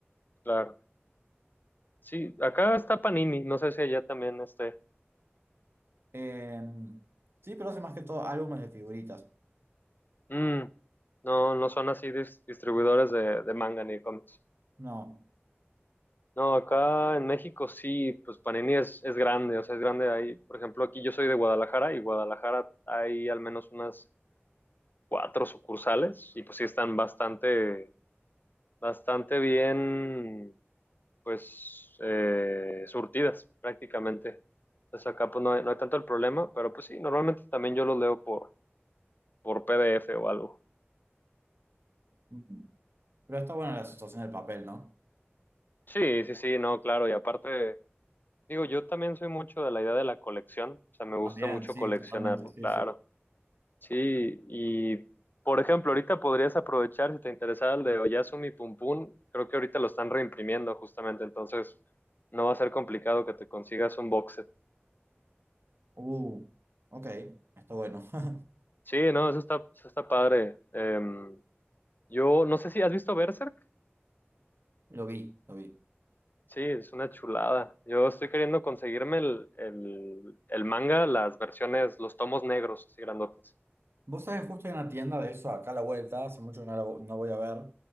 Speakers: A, on the left; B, on the right.
A: Claro. Sí, acá está Panini, no sé si allá también esté.
B: Em, sí, pero hace más que todo álbumes de figuritas.
A: mm, no, no son así dis- distribuidores de, de manga ni de cómics.
B: No.
A: No, acá en México sí, pues Panini es, es grande, o sea, es grande ahí. Por ejemplo, aquí yo soy de Guadalajara y Guadalajara hay al menos unas cuatro sucursales y pues sí están bastante, bastante bien, pues, eh, surtidas prácticamente. Entonces acá pues no hay, no hay tanto el problema, pero pues sí, normalmente también yo los leo por, por PDF o algo.
B: Mm. Pero está buena la sensación del papel, ¿no?
A: Sí, sí, sí, no, claro, y aparte, digo, yo también soy mucho de la idea de la colección, o sea, me gusta
B: También,
A: mucho
B: sí,
A: coleccionarlo,
B: totalmente, sí,
A: claro.
B: sí.
A: Sí, y por ejemplo, ahorita podrías aprovechar si te interesaba el de Oyasumi Pum Pum. Creo que ahorita lo están reimprimiendo justamente, entonces no va a ser complicado que te consigas un box set.
B: Uh, ok, está bueno. <laughs>
A: Sí, no, eso está, eso está padre. Em, yo no sé si has visto Berserk.
B: Lo vi, lo vi.
A: Sí, es una chulada. Yo estoy queriendo conseguirme el, el, el manga, las versiones, los tomos negros, así grandotes.
B: Vos sabés, justo hay una tienda de eso acá a la vuelta, hace mucho que no, la vo- no voy a ver.